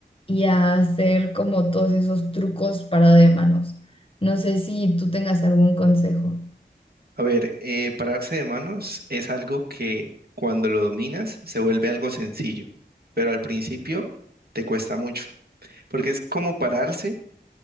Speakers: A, on the left; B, on the right.
A: y a hacer como todos esos trucos para de manos. No sé si tú tengas algún consejo.
B: A ver, eh, pararse de manos es algo que cuando lo dominas se vuelve algo sencillo, pero al principio te cuesta mucho, porque es como pararse